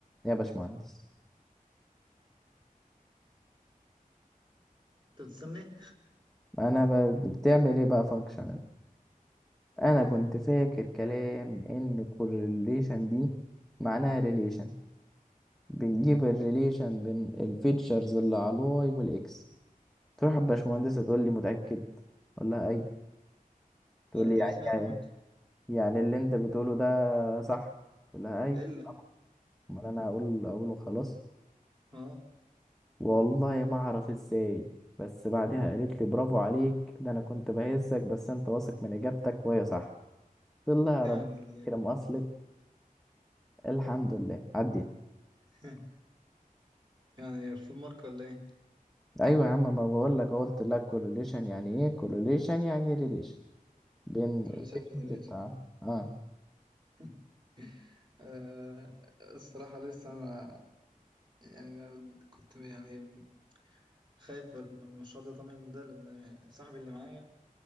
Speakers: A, in the centre; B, on the right.
A: يا باشمهندس
B: انت بتستني
A: انا ب- بتعمل ايه بقى فانكشن انا كنت فاكر كلام ان الكورليشن دي معناها ريليشن بنجيب الريليشن بين الفيتشرز اللي على الواي والاكس تروح الباشمهندسة تقول لي متأكد اقول لها ايوه تقول
B: ده انا
A: لي
B: دارس
A: يعني
B: ماس
A: يعني
B: برضه
A: يعني اللي انت بتقوله ده صح اقول لها ايوه
B: الا
A: طبعا امال انا هقول اقوله خلاص
B: اه
A: والله ما اعرف ازاي بس بعدها قالت لي برافو عليك ده انا كنت بهزك بس انت واثق من اجابتك وهي صح قلت لها
B: يعني
A: ربنا يكرم اصلك الحمد لله عديت
B: <laughs> يعني فول مارك ولا ايه
A: ايوه يا عم ما بقول لك قلت لك كورليشن يعني ايه كورليشن يعني ريليشن بين
B: كان لسه
A: الفيكشنز
B: لسه
A: بتاع اه
B: <laughs> آه، الصراحة لسه أنا يعني أنا كنت يعني خايف من المشروع ده طمني ده لأن صاحبي اللي معايا